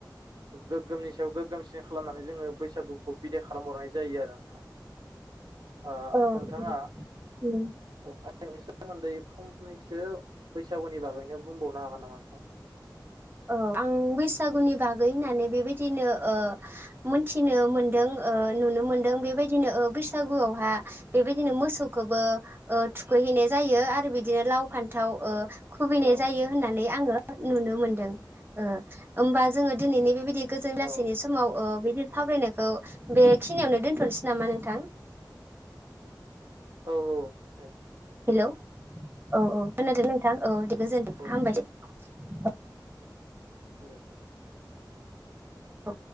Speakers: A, on the right; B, on the right.
A: गोग्गोमनि सायाव गोग्गोमसिन खालामनानै जोङो बैसागुखौ बिदाय खालामहरनाय जायो आरो नोंथां ओ
B: औ ओम
A: नोंथाङा
B: ओम
A: <unintelligible> नि सोमोन्दै फंनैसो बैसागुनि बागैनो बुंबावनो हागोन नामा नोंथां
B: औ आं बैसागुनि बागै होननानै बेबायदिनो ओ मोनथिनो मोनदों नुनो मोनदों बेबायदिनो बैसागुआवहा बेबायदिनो मोसौखौबो थुखै -हैनाय जायो आरो बिदिनो लाव फान्थाव खुबैनाय
A: औ
B: जायो होननानै आङो नुनो मोनदों होमबा जोङो दिनैनि बेबायदि गोजोन लासैनि
A: औ
B: समाव बिदि सावरायनाय खौ बेखिनियावनो दोन्थ'नोसै नामा नोंथां।
A: औ औ दे गोजोनथों।
B: हेलौ औ औ खोनादों नोंथां औ दे गोजोनथों
A: औ
B: हामबाय दे औ
A: गोजोनथों
B: अ